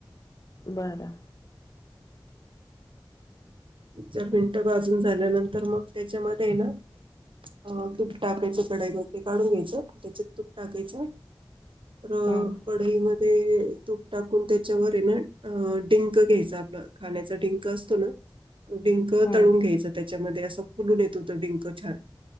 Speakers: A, on the left; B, on the right.
A: बर.
B: तीन चार मिनिटं भाजून झाला न मग त्याच्यामध्ये ना हा तूप टाकायचं कढाई मध्ये काढून घ्यायचं त्याच्यात तूप टाकायचं. हा.
A: हम्म
B: कढाईमध्ये तूप टाकून त्याच्यावर आहे ना अ डिंक घ्यायचं आपलं. खाण्याचा डिंक असतो ना. तो डिंक
A: हम्म
B: तळून घ्यायचा त्याच्यामध्ये असं फुलून येतो तो डिंक छान.